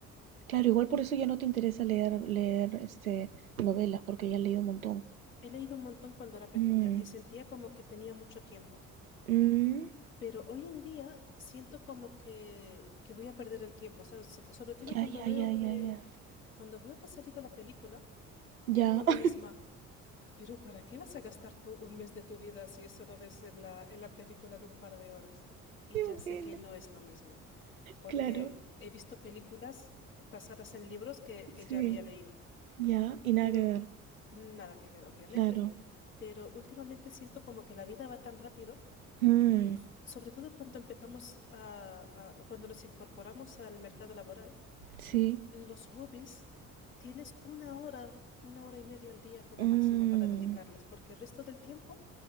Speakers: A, on the right (about 80°); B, on the left (about 85°).
A: Claro, igual por eso ya no te interesa leer leer este novelas, porque ya has leído un montón.
B: He leído un montón cuando era pequeña
A: Mm,
B: y sentía como que tenía mucho tiempo.
A: mm,
B: Pero hoy en día siento como que, que voy a perder el tiempo, ¿sabes? So- sobre todo
A: ya,
B: cuando
A: ya,
B: veo
A: ya,
B: que,
A: ya, ya.
B: cuando veo que ha salido la película, me
A: Ya.
B: digo a mí
A: <laughs>
B: misma, pero ¿para qué vas a gastar tú un mes de tu vida si eso lo ves en la, en la película en un par de horas? Y
A: Qué
B: ya
A: bueno.
B: sé que no es lo mismo. porque
A: Claro,
B: he visto películas basadas en libros que, que
A: sí.
B: ya había leído,
A: Ya, y nada
B: pero
A: que ver.
B: nada que ver, obviamente.
A: Claro.
B: Pero últimamente siento como que la vida va tan rápido
A: Mm,
B: y j- sobre todo cuando empezamos a, a- cuando nos incorporamos al mercado laboral,
A: sí.
B: los hobbies tienes una hora, una hora y media al día como
A: Mm,
B: máximo para dedicarles, porque el resto del tiempo